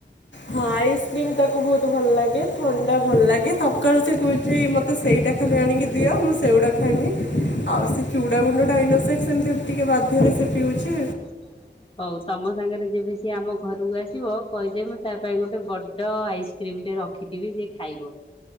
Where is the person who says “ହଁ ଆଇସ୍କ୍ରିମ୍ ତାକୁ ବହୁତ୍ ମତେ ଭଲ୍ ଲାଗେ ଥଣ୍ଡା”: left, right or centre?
Left